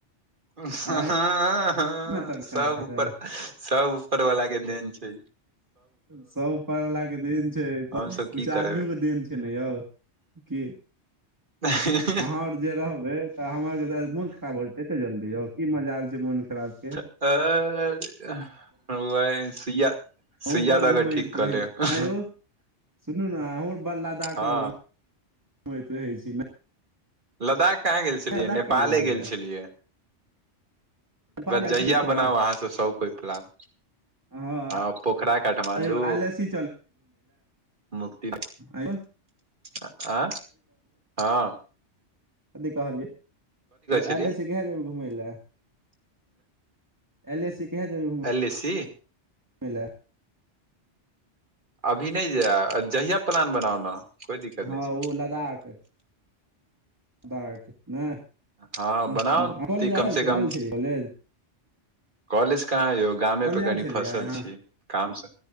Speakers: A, on the right (about 45°); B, on the right (about 15°).
A: हँ-ह-हाँ
B: आँय अपने तबियत
A: सब
B: खराब हेतै
A: उपर सब ऊपर वला के देन छैय
B: सब उपर वला के देन छै। किछु
A: हमसभ की करबै
B: आदमियो के देन छै ने यौ की
A: हें-ही
B: अहाँ आओर जे रहबे तऽ हमर जे मोन खराब भ जेतै एते जल्दी यौ की मजाल छै मन खराबके
A: ऐ-अ-ऐ वहीं सुइया
B: अहूँ
A: सुइया
B: बड़
A: दऽ
B: घुमैत
A: क ठीक कऽ
B: रहै
A: लेब
B: छी आँय यौ सुनू ने हमहूँ बड़ लदाख
A: हँ
B: घुमैत रहै छियै न
A: लदाख कहाँ गेल छलियै
B: लद्दाख
A: नेपाले
B: किया घुमय
A: गेल
B: लए
A: छलियै
B: नेपाल आयल
A: जहिया
B: छी ने थोड़ा
A: बनाउ अहाँ सब सब कोय प्लान
B: हँ
A: हाँ पोखरा काठमाण्डू
B: आयल सी
A: मुक्ति-
B: ऐंयौ
A: ऐं-अ-हाँ
B: कथी कहलियै
A: छलियै
B: आयले छी कहिया जेबै घूमैलय अयले छी कहिया जेबै घूम
A: अयलसी
B: कै ला
A: अभी नहि जायब जहिया प्लान बनाउ ने कोइ दिक्कत
B: हाँ
A: नहि छै
B: ओ लदाख लदाख नहि
A: हँ
B: अस
A: बनाउ
B: त नहि कॉलेज
A: कम
B: ऐल
A: से कम
B: छलियै ऐल छलियै कॉलेज
A: कॉलेज कहाँ यौ गामे
B: कॉलेज
A: पर कनि
B: आयल छलियै
A: फँसल
B: अहाँ
A: छी कामसँ